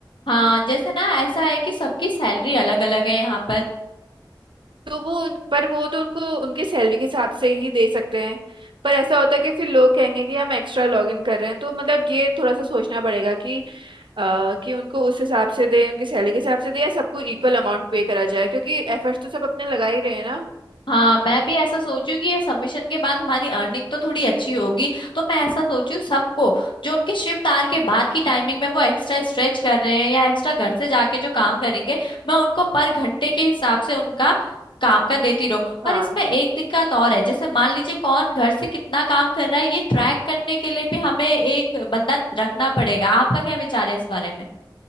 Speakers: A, on the left; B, on the right.
A: हाँ जैसे ना ऐसा है कि सबकी सैलरी अलग अलग है यहाँ पर
B: तो वो उन पर वो तो उनको उनकी सैलरी के हिसाब से ही दे सकते हैं पर ऐसा होता है कि फिर लोग कहेंगे कि हम एक्स्ट्रा लॉग इन कर रहे हैं तो मतलब ये थोड़ा सा सोचना पड़ेगा कि अ, कि उनको उस हिसाब से दे उनकी सैलरी के हिसाब से दे या सबको इक्वल अमाउंट पे करा जाए क्योंकि एफर्ट्स तो सब अपने लगा ही रहे हैं ना
A: हाँ मैं भी ऐसा सोचू कि ये सबमिशन के बाद हमारी अर्निंग तो थोड़ी अच्छी होगी तो मैं ऐसा सोचू सबको जो उनके शिफ्ट आर के बाद की टाइमिंग में वो एक्स्ट्रा स्ट्रेच कर रहे हैं या एक्स्ट्रा घर से जाके जो काम करेंगे मैं उनको पर घंटे के हिसाब से उनका काम का देती रहूं पर
B: हाँ
A: इसमें एक दिक्कत और है जैसे मान लीजिए कौन घर से कितना काम कर रहा है ये ट्रैक करने के लिए भी हमें एक बंदा रखना पड़ेगा आपका क्या विचार है इस बारे में